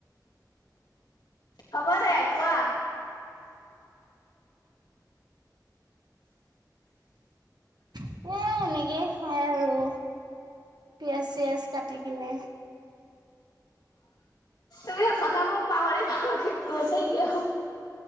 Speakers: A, on the left; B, on the right.
A: হ'ব দে কোৱা
B: এ এনেকেই খাই আৰু পিয়াঁজ-চিয়াঁজ কাটি কিনে
A: <unintelligible> কথাবোৰ পাহৰি-পাহৰি গৈছে কিয়?